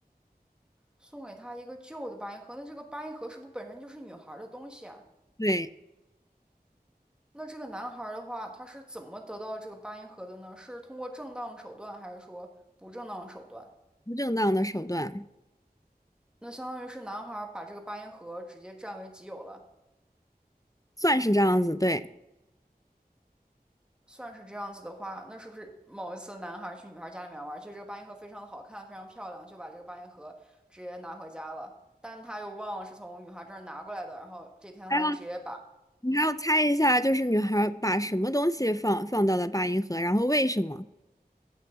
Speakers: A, in the centre; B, on the left.
A: 送给她一个旧的八音盒，那这个八音盒是不是本身就是女孩儿的东西啊？
B: 对，
A: 那这个男孩儿的话，他是怎么得到这个八音盒的呢？是通过正当手段，还是说不正当手段？
B: 不正当的手段。
A: 那相当于是男孩儿把这个八音盒直接占为己有了。
B: 算是这样子，对。
A: 算是这样子的话，那是不是某一次男孩去女孩家里面玩，觉得这个八音盒非常的好看，非常漂亮，就把这个八音盒直接拿回家了？但他又忘了是从女孩这儿拿过来的，然后这天他就直接把，
B: 还要你还要猜一下，
A: 嗯，
B: 就是女孩儿把什么东西放放到了八音盒，然后为什么？